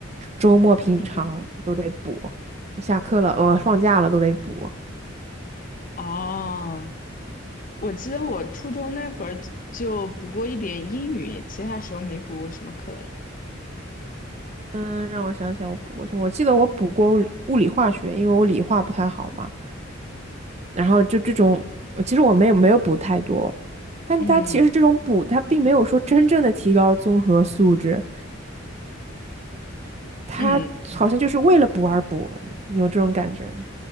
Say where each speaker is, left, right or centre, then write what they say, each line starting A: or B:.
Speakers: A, on the right; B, on the left.
A: 周末平常都得补，
B: 嗯，
A: 下课了呃放假了都得补。
B: 哦，我记得我初中那会儿就补过一点英语，其他时候没补过什么课了
A: 嗯，让我想想，我补过什么？我记得我补过物理物理化学，因为我理化不太好嘛。然后就这种，其实我没有没有补太多，但它其实这种补，
B: 嗯
A: 它并没有说真正的提高综合素质，它好像就是为了补而补，
B: 嗯，
A: 你有这种感觉吗？